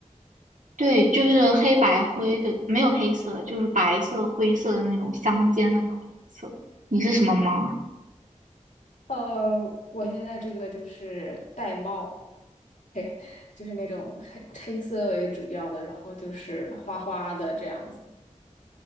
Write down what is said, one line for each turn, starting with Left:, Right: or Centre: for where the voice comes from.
Right: 对，就是黑白灰的，没有黑色，就是白色、灰色的那种相间的那种颜色。你是什么猫啊？
Left: 呃，我现在这个就是玳瑁，嘿，就是那种黑黑色为主要的，然后就是花花的这样子。